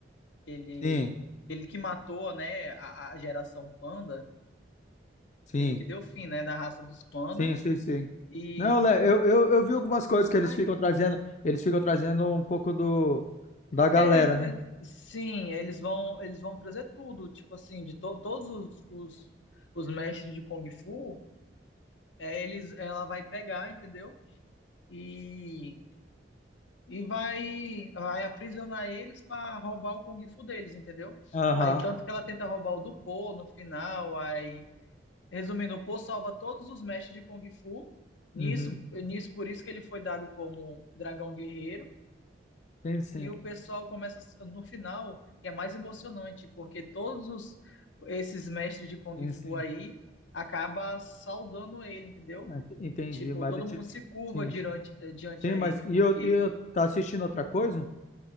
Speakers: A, on the left (about 85°); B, on the left (about 40°).
A: aquele,
B: Sim,
A: ele que matou, né, a, a geração panda,
B: sim,
A: ele que deu fim, né, da raça dos panda.
B: sim, sim, sim.
A: E
B: Não, Lé, eu, eu, eu vi algumas coisas que eles
A: Ai,
B: ficam
A: cara.
B: trazendo, eles ficam trazendo um pouco do da galera,
A: E- e-
B: né?
A: e- sim, eles vão, eles vão trazer tudo, tipo assim, de to- todos os, os, os mestres de Kung Fu, é, eles, ela vai pegar, entendeu? E, e vai, vai aprisionar eles para roubar o Kung Fu deles, entendeu?
B: Aham.
A: Aí tanto que ela tenta roubar o do Po no final, aí, resumindo, o Po salva todos os mestres de Kung Fu. Nisso,
B: Uhum.
A: nisso, por isso que ele foi dado como dragão guerreiro.
B: Sim, sim.
A: e o pessoal começa no final, que é mais emocionante, porque todos os- esses mestres de Kung
B: Sim,
A: Fu
B: sim.
A: aí acaba saudando ele, entendeu?
B: Ah, ent- Entendi,
A: Tipo,
B: mas
A: todo
B: deixa-
A: mundo
B: eu-
A: se curva
B: sim,
A: diante, eh, diante
B: sim,
A: a
B: mas
A: ele,
B: e
A: porque
B: eu, e eu tá assistindo outra coisa?